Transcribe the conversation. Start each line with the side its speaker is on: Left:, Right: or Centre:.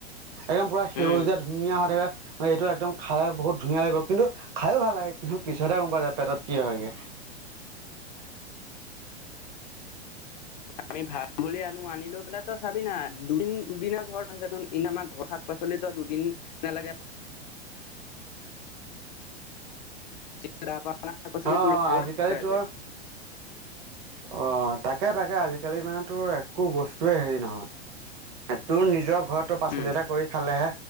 Right: একদম পুৰা সেউজীয়া
Left: উম
Right: ধুনীয়া হয় থাকে। মানে এইটো একদম খালে বহুত ধুনীয়া লাগিব। কিন্তু খাইয়ো ভাল লাগে, কিন্তু পিছতহে গম পোৱা যায় পেটত কি হয়গে।
Left: আমি ভাল বুলি আনো, আনি লৈ পেলাই তো চাবি না। দুদিন- দুদিমান ঘৰত আনিছা চাচোন ই আমাৰ ঘৰ পাচলিত দুদিন নালাগে। <unintelligible>
Right: অ,
Left: লগতে
Right: আজিকালি
Left: শুকাই
Right: তোৰ,
Left: যায়
Right: অ, তাক তাকে- তাকে আজি কালি মানে তোৰ একো বস্তুয়ে হেৰি নহয়। তোৰ নিজৰ ঘৰত তোৰ পাচলি
Left: উম
Right: এটা কৰি খালেহে